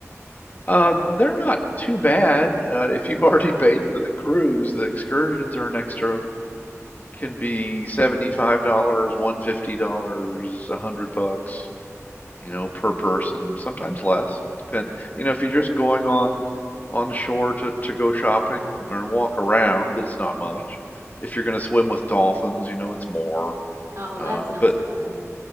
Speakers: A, on the left; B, on the right.
A: uh they're not too bad uh if you've <laughs> already paid for the cruise the excursions are an extra can be $75 $150 a 100 bucks you know, per person, sometimes less. Depend, you know, if you're just going on on the shore to to go shopping or walk around, that it's not much. If you're going to swim with dolphins, you know, it's more.
B: Oh,
A: Uh,
B: that sounds
A: but
B: fun.